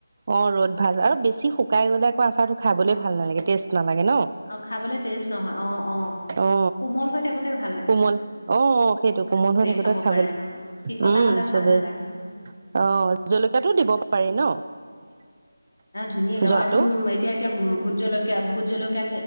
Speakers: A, on the right; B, on the left.
A: অ ৰ'দ ভাল আৰু বেছি শুকাই গ'লে আকৌ আচাৰটো খাবলৈ
B: অ',
A: ভাল নালাগে টেষ্ট নালাগে ন
B: অ খাবলে টেষ্ট নহয় অ অ
A: অ
B: কোমল হৈ থাকোতে ভ
A: কোমল অ অ সেইটো কোমল হৈ থাকোতে
B: খাব
A: খাবলে
B: পাৰে ন চিকতা
A: উম
B: হ'লে
A: চবেই,
B: ভাল নালাগে নহয়
A: অ জলকীয়াটো দিব পাৰি ন
B: অ ধুনীয়াকৈ
A: জলটো
B: আৰু তুম এতিয়া এতিয়া ভোত জলকীয়া ভোত জলকীয়া